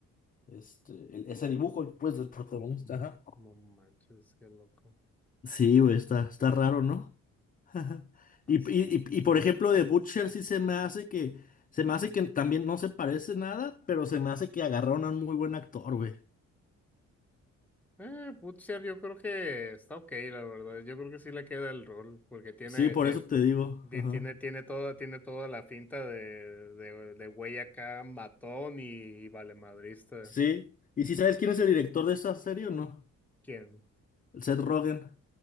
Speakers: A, on the left (about 30°); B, in the centre.
A: este, el- ese dibujo, pues, del protagonista.
B: No
A: Ajá.
B: no manches, qué loco.
A: Sí, güey, está, está raro, ¿no? <laughs> Ajá.
B: Pasó.
A: Y, y, y, y, por ejemplo, de Butcher sí se me hace que, se me hace
B: Ujú.
A: que también no se parece nada, pero se me hace que agarraron a un muy buen actor, güey.
B: Eh, Butcher yo creo que está ok, la verdad. Yo creo que sí le queda el rol, porque tiene,
A: Sí, por
B: tiene,
A: eso te digo.
B: Bien,
A: Ajá.
B: tiene, tiene toda, tiene toda la finta de, de, de güey acá, matón y, y valemadrista.
A: Sí. ¿Y si sabes quién es el director de esta serie o no?
B: ¿Quién?
A: El Seth Rogen.